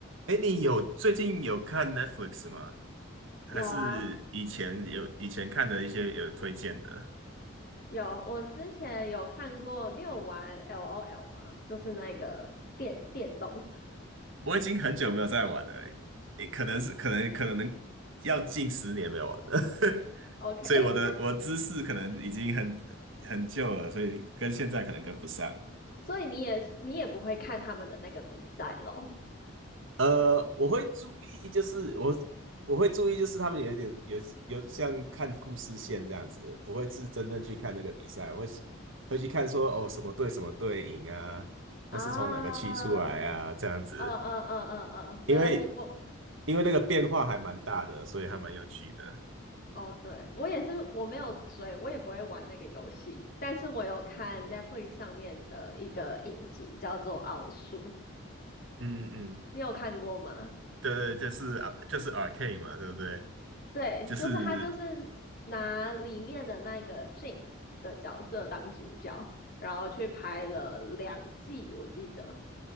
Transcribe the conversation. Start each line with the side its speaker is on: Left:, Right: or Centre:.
Right: 哎，你有最近有看 Netflix 吗？还是以前有以前看的一些有推荐的？
Left: 有啊，有，我之前有看过，你有玩 LOL 吗？就是那个电电动。<laughs>
Right: 我已经很久没有在玩了，也可能是可能可能要近十年没有玩了，<laughs>
Left: OK，
Right: 所以我的我知识可能已经很很旧了，
Left: 哎，那
Right: 所以跟现在可能跟不上。
Left: 所以你也是你也不会看他们的那个比赛咯？
Right: 呃，我会注意，就是我我会注意，就是他们有一点有有像看故事线这样子，不会是真正去看那个比赛，我会会去看说哦什么队什么队赢啊，
Left: 啊，
Right: 那是从哪个区出来啊这样子，
Left: 嗯嗯嗯嗯嗯，没关系，
Right: 因为
Left: 我
Right: 因为那个变化还蛮大的，所以还蛮有趣的。
Left: 哦，对，我也是，我没有追，我也不会玩那个游戏，但是我有看 Netflix 上面的一个影集，叫做《奥数》，
Right: 嗯嗯嗯，
Left: 你有看过吗？
Right: 对对，就是啊就是 Arcane 嘛，对不对？
Left: 对，
Right: 就是
Left: 就是他就是拿里面的那个 Jinx 的角色当主角，然后去拍了两季，我记得。